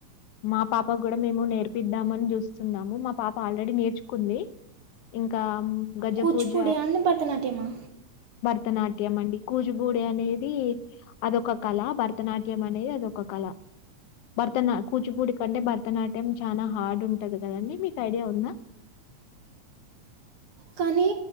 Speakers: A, on the left (about 85°); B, on the right (about 60°).
A: మా పాప గూడా మేము నేర్పిద్దామని చూస్ సున్నాము మా పాప ఆల్రెడీ నేర్చుకుంది ఇంకా గజపూజ
B: కూచిపూడియా అండి భరతనాట్యమా
A: భరతనాట్యమండి కూచిపూడి అనేది అదొక కళ భరతనాట్యం అనేది అదొక కళ భరతనా కూచిపూడి కంటే భరతనాట్యం చాలా హార్డ్ ఉంటంది కదండి మీకు ఐడియా ఉందా
B: కాన